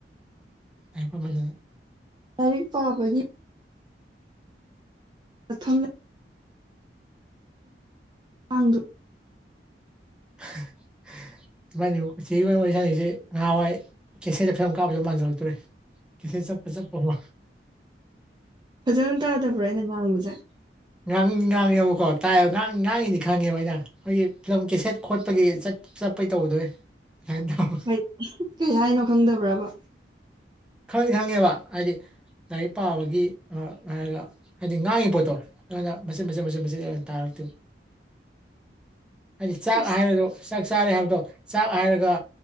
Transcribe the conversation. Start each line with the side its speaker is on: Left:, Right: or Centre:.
Centre: <unintelligible>
Right: ꯂꯥꯏꯔꯤꯛ ꯄꯥꯕ ꯃꯥꯊꯪ <unintelligible>
Centre: <unintelligible> <unintelligible> ꯆꯦ ꯏꯕꯥꯏ ꯋꯥꯔꯤ ꯁꯥꯅꯩꯁꯦ ꯅꯍꯥꯋꯥꯏ ꯀꯦꯁꯦꯠꯇ ꯐꯤꯂꯝ ꯀꯥꯞꯄꯗꯣ ꯃꯥꯟꯖꯜꯂꯛꯇꯧꯔꯦ ꯀꯦꯁꯦꯠ ꯆꯞꯄꯥ ꯆꯞꯄꯥꯀꯣ
Right: ꯐꯖꯅ ꯇꯥꯗꯕ꯭ꯔꯥ ꯑꯩꯅ ꯉꯥꯡꯕꯁꯦ
Centre: ꯉꯥꯡꯉ ꯉꯥꯡꯉ ꯌꯦꯕꯀꯣ ꯇꯥꯏꯌꯦꯕ ꯉꯥꯡ ꯉꯥꯡꯉꯤꯅꯤ ꯈꯪꯉꯦꯕ ꯑꯩꯅ ꯑꯩꯈꯣꯏꯒꯤ ꯐꯤꯂꯝ ꯀꯦꯁꯦꯠ ꯈꯣꯠꯄꯒꯤ ꯆꯠ ꯆꯠꯄꯩ ꯇꯧꯕꯗꯣ ꯍꯦ <unintelligible>
Right: ꯀꯩ ꯀꯩ ꯍꯥꯏꯅꯣ ꯈꯪꯗꯕ꯭ꯔꯕ
Centre: ꯈꯪꯅꯤ ꯈꯪꯉꯦꯕ ꯍꯥꯏꯗꯤ ꯂꯥꯏꯔꯤꯛ ꯄꯥꯕꯒꯤ ꯑ ꯍꯥꯏꯔꯒ ꯍꯥꯏꯗꯤ ꯉꯥꯡꯉꯤ ꯄꯣꯠꯇꯣ ꯑꯩꯅ ꯃꯆꯦꯠ ꯃꯆꯦꯠ ꯃꯆꯦꯠ ꯃꯆꯦꯠ ꯑꯣꯏꯅ ꯇꯥꯔꯛꯇꯦ ꯍꯥꯏꯗꯤ ꯆꯥꯛ
Right: ꯑꯁ
Centre: ꯍꯥꯏꯔꯗ ꯆꯥꯛ ꯆꯥꯔꯦ ꯍꯥꯏꯕꯗꯣ ꯆꯥꯛ ꯍꯥꯏꯔꯒ